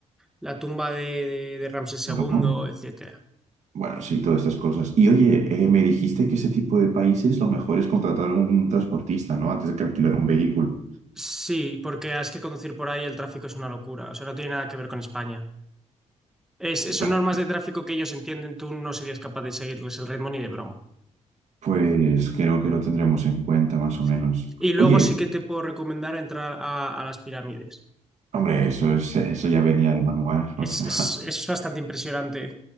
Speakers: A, in the centre; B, on the right.
A: la tumba de, de, de Ramsés segundo
B: Japón.
A: etcétera.
B: Bueno, sí, todas estas cosas. Y oye, eh, me dijiste que ese tipo de países lo mejor es contratar un transportista, ¿no? Antes de que alquilar un vehículo.
A: Sí, porque es que conducir por ahí el tráfico es una locura. O sea, no tiene nada que ver con España. Es, son
B: para-
A: normas de tráfico que ellos entienden, tú no serías capaz de seguirles el ritmo ni de broma.
B: Pues creo que lo tendremos en cuenta más
A: Sí.
B: o menos.
A: Y luego
B: Oye,
A: sí que te puedo recomendar entrar a, a las pirámides.
B: hombre, eso es, eso ya venía de manual. O
A: Es,
B: sea,
A: es,
B: <laughs>
A: es bastante impresionante